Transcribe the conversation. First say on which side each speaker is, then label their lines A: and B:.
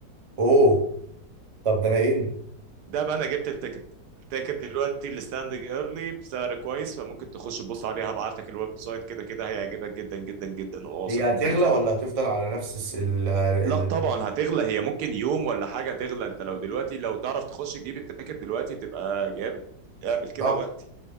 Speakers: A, on the right; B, on the right.
A: اوه طب ده انا ان
B: ده بقى انا جبت التيكت التيكت دلوقتي الستاندنج ايرلي بسعر كويس فممكن تخش تبص عليها هبعت لك الويب سايت كده كده هيعجبك جدا جدا جدا واثق
A: هي هتغلى
B: من حاجة زي
A: ولا هتفضل على نفس الس- ال ال
B: لا طبعا هتغلى هي ممكن يوم ولا حاجة تغلى انت لو دلوقتي لو تعرف تخش تجيب التيكت دلوقتي تبقى جامد اعمل كده
A: صح
B: وقتي